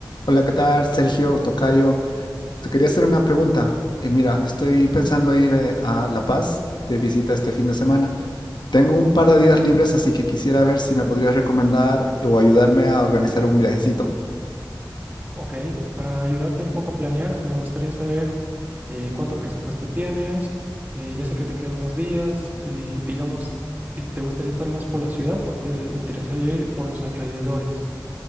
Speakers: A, on the left; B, on the right.
A: Hola, ¿qué tal? Sergio Tocayo. Te quería hacer una pregunta. Eh, mira, estoy pensando ir eh, a La Paz de visita este fin de semana. Tengo un par de días libres, así que quisiera ver si me podrías recomendar o ayudarme a organizar un viajecito.
B: Ok, para ayudarte un poco a planear, me gustaría saber eh, cuánto presupuesto tienes. eh, ya sé que te quedas dos días. eh, digamos, eh, ¿te gustaría estar más por la ciudad o te interesaría ir por los alrededores?